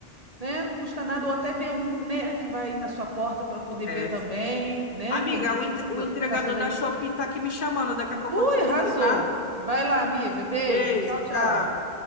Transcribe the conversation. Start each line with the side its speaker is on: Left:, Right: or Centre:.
Right: né? Não custa nada, ou até ver um, né, que vai aí na sua porta para poder
Left: É,
Right: ver também,
Left: sim.
Right: né?
Left: Amiga,
Right: Quem não precisa,
Left: o, entre- o entregador
Right: caça daí.
Left: da Shopee tá aqui me chamando. Daqui a pouco
Right: Ui,
Left: eu te ligo,
Right: arrasou.
Left: tá?
Right: Vai lá, amiga. Beijo.
Left: Beijo,
Right: Tchau,
Left: tchau.
Right: tchau.